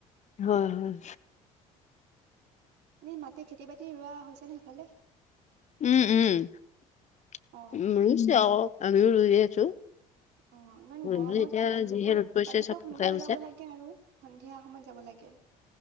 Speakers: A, on the left; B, on the right.
A: হয় হয়
B: এনে মাটি খেতি বাতি ৰোৱা হৈছে নে সেইফালে?
A: উম উম
B: অ
A: ৰুইছে আৰু আমি ও ৰুইয়ে আছো
B: অ ইমান
A: ৰুবলৈ
B: গৰমত
A: এতিয়া যিহে
B: ৰুব ৰাতিপুৱা
A: ৰ'দ পৰিছে চব
B: সোনকালে
A: শুকাই গৈছে।
B: যাব লাগে আৰু সন্ধিয়া সময়ত যাব লাগে